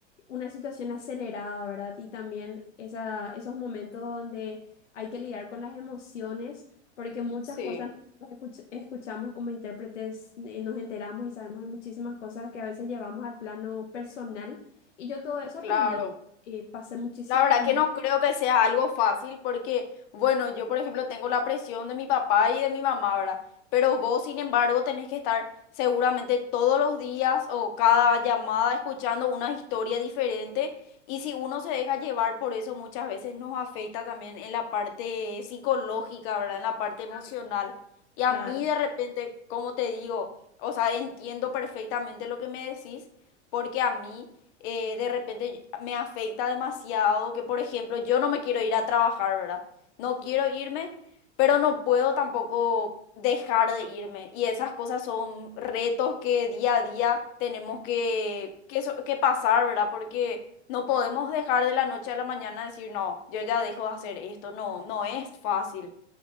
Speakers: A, on the left; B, on the left.
A: una situación acelerada, ¿verdad? Y también esa, esos momentos donde hay que lidiar con las emociones, porque muchas
B: Sí,
A: cosas nosotros escuch- escuchamos como intérpretes, eh, nos enteramos y sabemos de muchísimas cosas que a veces llevamos al plano personal. Y yo todo eso aprendí.
B: claro.
A: Eh, pasé muchísimo
B: La verdad
A: también,
B: que no creo que sea algo fácil porque, bueno, yo por ejemplo tengo la presión de mi papá y de mi mamá, ¿verdad? Pero vos, sin embargo, tenés que estar seguramente todos los días o cada llamada escuchando una historia diferente y si uno se deja llevar por eso muchas veces nos afecta también en la parte psicológica, ¿verdad? En la parte emocional.
A: ah,
B: Y a
A: claro.
B: mí de repente, como te digo, o sea, entiendo perfectamente lo que me decís porque a mí eh, de repente me afecta demasiado, que por ejemplo yo no me quiero ir a trabajar, ¿verdad? No
A: sí.
B: quiero irme, pero no puedo tampoco dejar de irme. Y esas cosas son retos que día a día tenemos que, que, so- que pasar, ¿verdad? Porque no podemos dejar de la noche a la mañana decir, no, yo ya dejo de hacer esto, no, no es fácil.